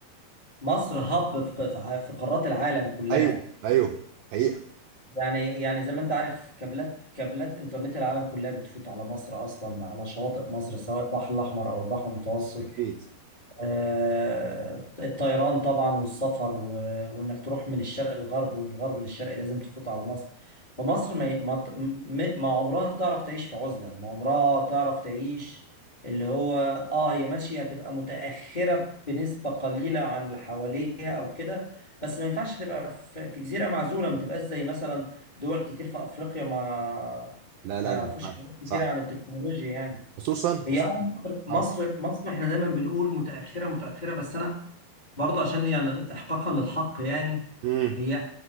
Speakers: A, on the left; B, on the right.
A: مصر هب في ق- في ع- في قارات العالم كلها
B: ايوه ايوه حقيقه
A: يعني يعني زي ما انت عارف كابلات كابلات انترنت العالم كلها بتفوت على مصر اصلا على شواطئ مصر سواء البحر الاحمر او البحر المتوسط
B: اكيد
A: آه، الطيران طبعا والسفر و... وانك تروح من الشرق للغرب ومن الغرب للشرق لازم تفوت على مصر فمصر ما ي- ما ت- م- ما عمرها تعرف تعيش في عزلة ما عمرها تعرف تعيش اللي هو اه هي ماشية هتبقى متأخرة بنسبة قليلة عن اللي حواليها او كده بس ما ينفعش تبقى في في جزيرة معزولة ما تبقاش زي مثلا دول كتير في افريقيا ما
B: لا
A: ما
B: لا
A: يعرفوش
B: ما ينفعش
A: حاجات كتير
B: صح
A: عن التكنولوجيا يعني
B: خصوصا خصوصا
A: هي آه مصر مصر
B: اه
A: مصر احنا دايما بنقول متأخرة متأخرة بس انا برضه عشان يعني احقاقا للحق يعني
B: امم
A: هي